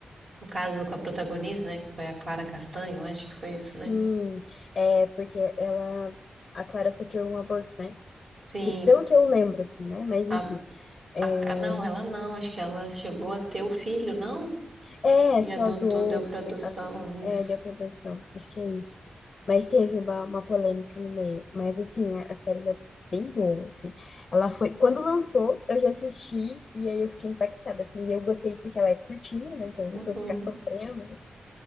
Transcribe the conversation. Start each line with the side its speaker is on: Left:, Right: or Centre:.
Right: Um caso com a protagonista, né, que foi a Clara Castanho, eu acho que foi isso,
Left: Sim,
Right: né?
Left: é porque ela, a Clara sofreu um aborto, né?
Right: Sim,
Left: Que, pelo que eu lembro, assim, né? Mas
Right: a
Left: enfim. É,
Right: A, ca- não, ela não. Acho que ela chegou a ter o filho, não?
Left: É,
Right: E
Left: acho
Right: adotou,
Left: que ela doou,
Right: deu para
Left: fi-
Right: adoção,
Left: a- é,
Right: isso.
Left: deu produção, acho que é isso. Mas teve uma, uma polêmica no meio. Mas, assim, a, a série ela é bem boa, assim. Ela foi... Quando lançou, eu já assisti e aí eu fiquei impactada, assim. E eu gostei porque ela é curtinha, né? Então não
Right: Uhum.
Left: precisa ficar sofrendo. né?